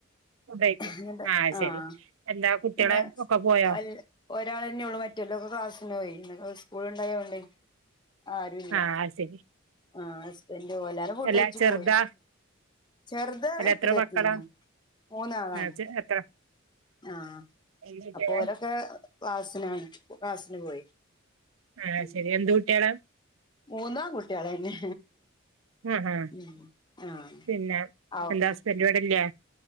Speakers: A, on the right; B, on the left.
A: ഫുഡ് കഴിച്ചു
B: എ
A: ആ ശരി
B: ആഹ
A: എന്താ കുട്ടികളെ
B: പിന്നെ
A: ഒക്കെ പോയോ
B: അ <inaudible> ഒരാൾ തന്നെ ഉള്ളൂ മറ്റുള്ളവരൊക്കെ ക്ലാസിനു പോയി സ്കൂൾ ഉണ്ടായതുകൊണ്ട് ആരുമില്ല
A: ആ അത് ശരി
B: ആ ഹസ്ബന്റ് പോയി എല്ലാരും ഫുഡ്
A: അല്ല
B: കഴിച്ചിട്ട്
A: ചെറുതാ
B: പോയി ചെറുത്
A: അല്ല
B: എട്ടിൽ
A: എത്ര
B: എത്തിയിരിക്കുന്നു
A: മക്കളാ
B: മൂന്ന് ആളാണ്
A: ആ, ചെ- എത്ര
B: ആ
A: എന്ത് കുട്ടികളാ
B: അപ്പോൾ അവരൊക്കെ ക്ലാസ്സിൽ ആണ്
A: ആ
B: <unintelligible>
A: ശരി എന്ത് കുട്ടികളാ
B: മൂന്നും ആൺകുട്ടികൾ തന്നെ
A: ആ ആ
B: ഉ ആഹ
A: പിന്നെ
B: ആ <unintelligible>
A: എന്താ ഹസ്ബൻഡ് ഇവിടെ ഇല്ലേ